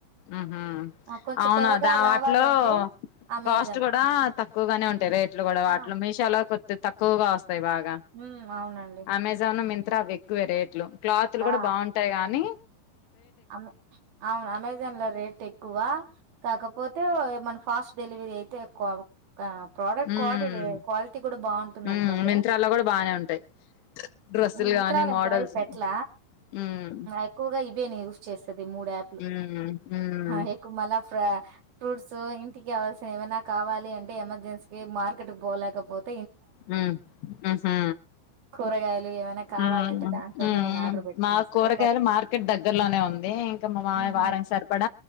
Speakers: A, on the left; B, on the right.
A: ఉహు
B: ఆ, కొంచెం
A: అవును
B: త్వరగా
A: దా వాటిలో
B: రావాలి అంటే అమెజాన్
A: కాస్ట్ కూడా తక్కువగానే ఉంటాయి రేట్లు కూడా వాటిలో
B: ఆ
A: మీషో లో కొద్ది తక్కువగాస్త బాగా
B: ఉమ్ అవునండి
A: అమెజాను మింత అవి ఎక్కువే రేట్లు క్లాత్లు కూడా
B: ఆ
A: బాగుంటాయి కానీ
B: అమ్ అవును అమెజాన్లో రేట్ ఎక్కువ కాకపోతే మన ఫాస్ట్ డెలివరీ అయితే ఎక్కువ అ ప్రోడక్ట్
A: ఉమ్
B: క్వాటీ క్వాలిటీ కూడా బాగుంటుంది
A: ఉమ్
B: అనుకోండి
A: మింత్రాలో కూడా బానే ఉంటాయి డ్రెస్సులు
B: మింత్ర
A: గానీ
B: లో ఎంత
A: మోడల్స్
B: వారికి పెట్ల
A: ఉమ్
B: ఎక్కువగా ఇవే నేను యూస్ మూడు యాప్ లు
A: ఉమ్ ఉమ్
B: <unintelligible> ఫ్రూట్స్ ఇంటికావల్సిన ఏమైనా కావాలి అంటే ఎమర్జెన్సీ కి మార్కెట్ పోలేకపోతు
A: ఉమ్ ఉహు
B: కూరగాయలు ఏమైనా కావాలంటే
A: హుమ్
B: దాంట్లోనే
A: ఉమ్
B: నేను ఆర్డర్ పెట్టుకునేస్తా
A: మా కూరగాయలు
B: ఒక పది
A: మార్కెట్ దగ్గరలోనే ఉంది అదే ఎంక మా మామయ్య
B: ఉహు
A: వారంకి సరిపడ